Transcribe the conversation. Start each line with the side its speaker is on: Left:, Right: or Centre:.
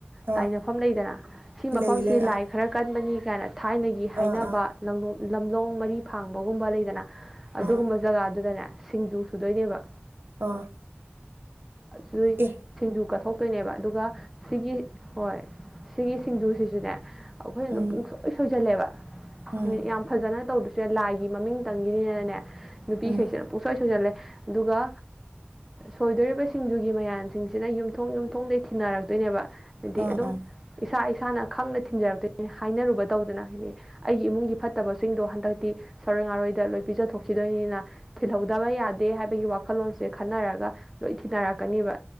Centre: ꯇꯥꯏꯅꯐꯝ
Right: ꯑꯥ
Centre: ꯂꯩꯗꯅ ꯁꯤ ꯃꯐꯝꯁꯤ
Right: ꯂꯩ ꯂꯩ
Centre: ꯂꯥꯏ
Right: ꯑꯥ
Centre: ꯈꯔ ꯀꯟꯕꯅꯤ ꯀꯥꯏꯅ ꯊꯥꯏꯅꯒꯤ ꯍꯥꯏꯅꯕ
Right: ꯑꯥ ꯑꯥ
Centre: ꯂꯝ ꯂꯝꯂꯣꯡ ꯃꯔꯤ ꯐꯥꯡꯕꯒꯨꯝꯕ ꯂꯩꯗꯅ ꯑꯗꯨꯒꯨꯝꯕ
Right: ꯑꯥ
Centre: ꯖꯒꯥꯗꯨꯗꯅꯦ ꯁꯤꯡꯖꯨ ꯁꯨꯗꯣꯏꯅꯦꯕ
Right: ꯑꯣ
Centre: ꯁꯤꯏ
Right: ꯑꯦ
Centre: ꯁꯤꯡꯖꯨ ꯀꯠꯊꯣꯛ ꯇꯣꯏꯅꯦꯕ ꯑꯗꯨꯒ ꯁꯤꯒꯤ ꯍꯣꯏ ꯁꯤꯒꯤ ꯁꯤꯡꯖꯨꯁꯤꯁꯨꯅꯦ ꯑꯩꯈꯣꯏꯅ ꯑꯗꯨꯝ
Right: ꯎꯝ
Centre: ꯄꯨꯡꯁꯣꯏ ꯁꯣꯏꯁꯜꯂꯦꯕ
Right: ꯎꯝ
Centre: ꯌꯥꯝ ꯐꯖꯅ ꯇꯧꯗ ꯁꯦ ꯂꯥꯏꯒꯤ ꯃꯃꯤꯡ ꯇꯪꯒꯤꯅꯤꯅꯅꯦ ꯅꯨꯄꯤꯈꯩꯁꯤꯅ
Right: ꯎꯝ
Centre: ꯄꯨꯡꯁꯣꯏ ꯁꯣꯏꯖꯜꯂꯦ ꯑꯗꯨꯒ ꯁꯣꯏꯗꯣꯔꯤꯕꯁꯤꯡꯖꯨ ꯒꯤ ꯃꯌꯥꯝꯁꯤꯡꯁꯤꯅ ꯌꯨꯝꯊꯣꯡ ꯌꯨꯝꯊꯣꯡꯗꯩ ꯊꯤꯅꯔꯛꯇꯣꯏꯅꯦꯕ ꯍꯥꯏꯗꯤ
Right: ꯑꯥ
Centre: ꯑꯗꯨꯝ
Right: ꯑꯥ
Centre: ꯏꯁꯥ ꯏꯁꯥꯅ ꯈꯪꯅ ꯊꯤꯟꯖꯔꯛꯇꯣꯏ ꯍꯥꯏꯅꯔꯨꯕ ꯇꯧꯗꯅ ꯍꯥꯏꯗꯤ ꯑꯩꯒꯤ ꯏꯃꯨꯡꯒꯤ ꯐꯠꯇꯕꯁꯤꯡꯗꯣ ꯍꯟꯗꯛꯇꯤ ꯔꯣꯏꯗ ꯂꯣꯏ ꯄꯤꯖꯊꯣꯛꯈꯤꯗꯣꯏꯅꯤꯅ ꯊꯤꯜꯍꯧꯗꯕ ꯌꯥꯗꯦ ꯍꯥꯏꯕꯒꯤ ꯋꯥꯈꯜꯂꯣꯟꯁꯦ ꯈꯟꯅꯔꯒ ꯂꯣꯏ ꯊꯤꯅꯔ ꯀꯛꯀꯅꯦꯕ